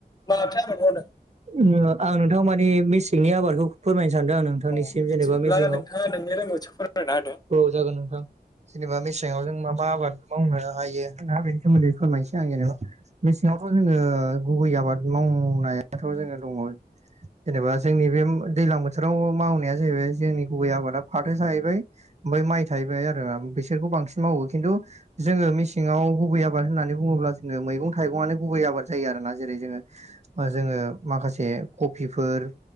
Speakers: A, on the left; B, on the right.
A: माथो आबाद मावदों?
B: उम ओ आं नोंथां माने मेसेंनि आबादखौ फोरमायनो सानदों आं नोंथांनिस
A: अ
B: ओ
A: बिदिब्ला
B: जेनेबा मेसेङाव
A: नोंथाङा नोंनि रोंगौथिखौ फोरमायना होदो
B: औ जागोन नोंथां जेनेबा मेसेङाव जों माबा आबाद मावनो हायो ना बेनि सोमोन्दै फोरमायनोसै आं जेनेबा मेसेङावथ' जोङो गुबै आबाद बाद मावनायाथ' जोङो दङ जेनेबा जोंनि बे उम ओ दैलां बोथोराव मावनाया जाहैबाय जोंनि गुबै आबादा फाथो जाहैबाय ओमफाय माइ थाहैबाय आरो बिसोरखौ बांसिन मावो खिन्थु जोङो मेसेङाव गुबै आबाद होननानै बुङोब्ला जो ङो मैगं थाइगङानो गुबै आबाद जायो आरोना जेरै जोङो ओ जोङो माखासे कफिफोर <unintelligible>